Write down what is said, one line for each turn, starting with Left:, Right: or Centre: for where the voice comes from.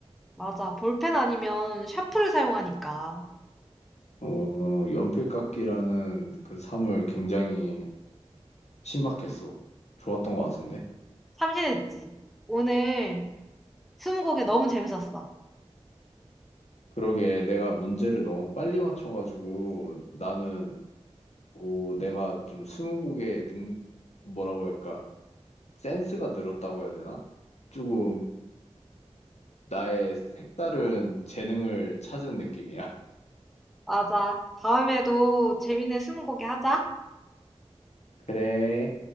Centre: 맞아. 볼펜 아니면 샤프를 사용하니까.
Left: 어, 연필 깎기라는 그 삶을 굉장히 신박했어. 좋았던 것 같은데.
Centre: 참신했지. 오늘 스무곡에 너무 재밌었어.
Left: 그러게 내가 문제를 너무 빨리 맞춰가지고 나는 오, 내가 좀 스무고개 능, 뭐라고 할까? 센스가 늘었다고 해야 되나? 조금 나의 색다른 재능을 찾은 느낌이야. <laughs>
Centre: 맞아. 다음에도 재밌는 스무곡에 하자.
Left: 그래.